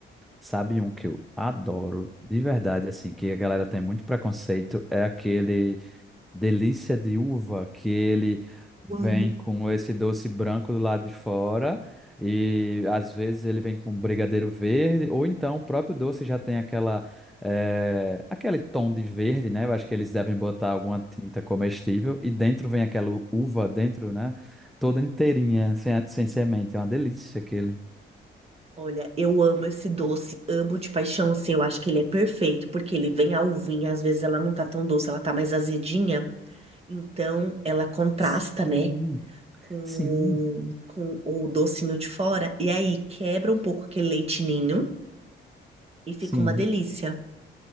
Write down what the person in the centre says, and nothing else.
sabe um que eu adoro, de verdade, assim, que a galera tem muito preconceito, é aquele delícia de uva, que ele vem
com esse doce branco do lado de fora, e às vezes ele vem com brigadeiro verde, ou então o próprio doce já tem aquela, eh, aquele tom de verde, né? Eu acho que eles devem botar alguma tinta comestível, e dentro vem aquela uva dentro, né? Toda inteirinha, sem, sem semente. É uma delícia aquele.
Sim,
sim,
sim.